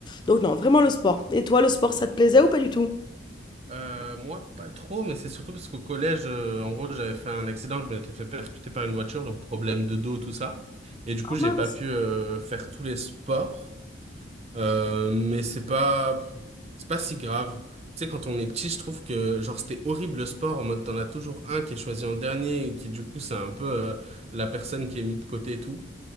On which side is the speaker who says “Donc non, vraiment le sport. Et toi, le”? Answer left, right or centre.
Left